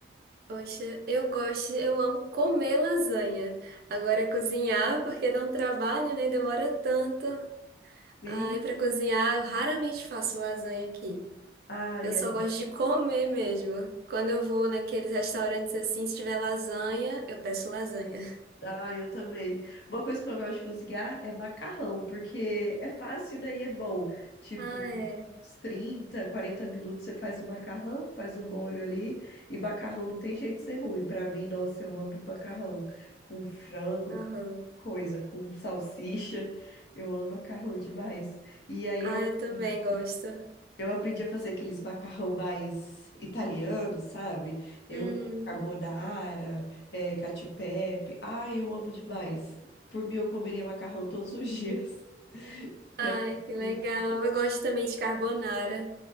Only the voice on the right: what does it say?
Poxa, eu gosto, eu amo comer lasanha. Agora cozinhar, porque dá um trabalho, né? e Demora tanto.
Aí para cozinhar, eu raramente faço lasanha aqui.
Eu só gosto de comer mesmo. Quando eu vou naqueles restaurantes assim, se tiver lasanha, eu peço lasanha.
Ah, é.
Aham.
Ah,
eu também gosto.
Hum.
Ai,
que legal. Eu gosto também de carbonara.